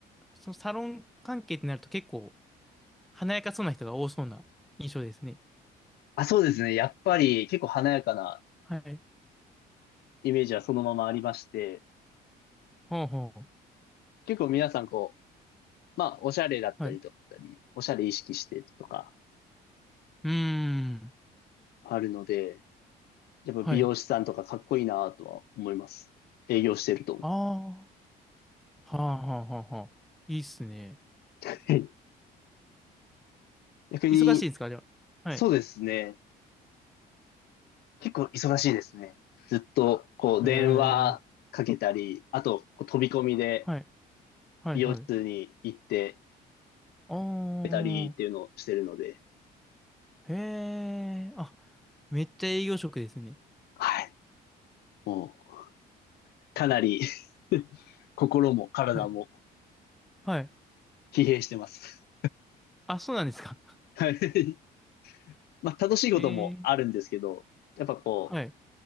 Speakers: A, in the centre; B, on the left.
A: そのサロン関係ってなると結構華やかそうな人が多そうな印象ですね。
B: あ、そうですね。やっぱり、結構華やかな
A: はい。
B: イメージはそのままありまして、
A: ほうほ
B: 結構皆さん、こう、まあ、おしゃれだったりとか、
A: う。はい。う
B: おしゃれ意識してとか、
A: ーん。
B: あるので、やっぱ美容師さんとかかっこいいなとは思います。
A: はい。
B: 営業してると。
A: ああ。はあはあはあはあ。いいっすね。
B: <laughs> 逆に、
A: 忙しいんですか、じゃあ。
B: そうですね。
A: はい。
B: 結構忙しいですね。ずっと、こう、
A: へえ。
B: 電話かけたり、あと、こう飛び込みで
A: はい。はいはい。
B: 美容室に行って
A: ああ。
B: たりっていうのをしてるので、
A: へえ。あ、めっちゃ営業職ですね。
B: はい。もう、かなり <laughs> 心も体も
A: はい。はい。
B: 疲弊してます。
A: あ、そうなんですか。
B: はい。まあ、楽しいこともあるんですけど、
A: <laughs> ええ
B: やっぱこ
A: はい。